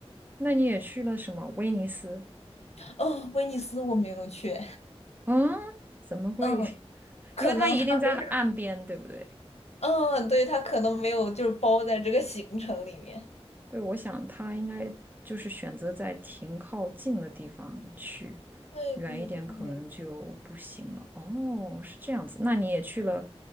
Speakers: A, on the right; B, on the left.
A: 那你也去了什么？威尼斯？
B: 哦，威尼斯我没有去，
A: 嗯，怎么会？
B: 嗯，
A: <laughs>
B: 可能他没有
A: 因为它一定在岸边，对不对？
B: 嗯，对，他可能没有，就是包在这个行程里面。
A: 对，我想他应该就是选择在停靠近的地方去，
B: 对对对，
A: 远一点可能就不行了。
B: 美，
A: 哦，是这样子。那你也去了